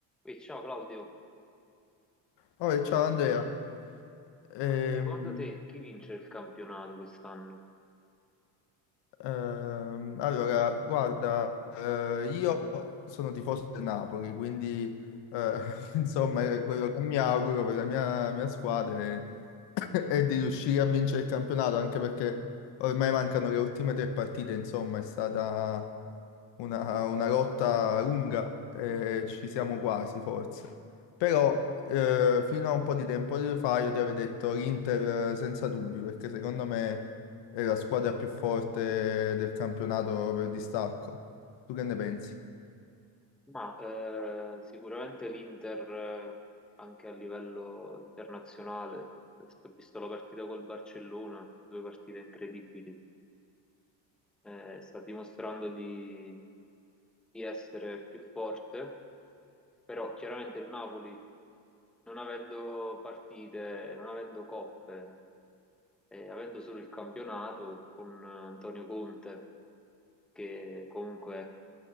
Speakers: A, in the centre; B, on the left (about 70°).
A: Ehi, ciao Claudio,
B: Poi, ciao Andrea. Ehm,
A: ma secondo te chi vince il campionato quest'anno?
B: ehm, allora, guarda, eh, io sono tifoso del Napoli, quindi eh, <laughs> insomma è quello che mi auguro per la mia, mia squadra è e di riuscire a vincere il campionato, anche perché ormai mancano le ultime tre partite, insomma, è stata una, una lotta lunga e ci siamo quasi, forse. Però eh, fino a un po' di tempo fa io ti avevo detto l'Inter eh, senza dubbi, perché secondo me è la squadra più forte del campionato per distacco. Tu che ne pensi?
A: Ma eh, sicuramente l'Inter eh, anche a livello internazionale, Adesso ho visto la partita col Barcellona, due partite incredibili. eh, sta dimostrando di, di essere più forte, però chiaramente il Napoli, non avendo partite, non avendo coppe, eh, avendo solo il campionato con eh, Antonio Conte, che comunque